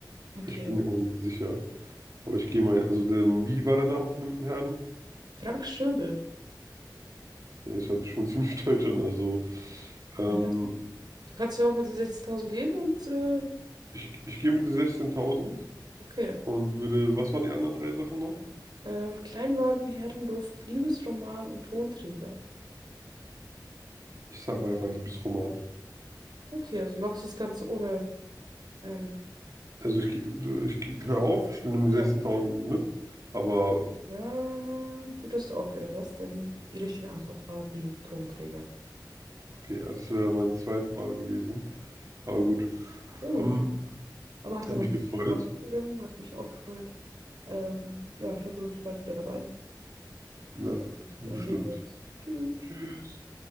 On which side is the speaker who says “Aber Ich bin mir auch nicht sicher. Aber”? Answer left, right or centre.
Right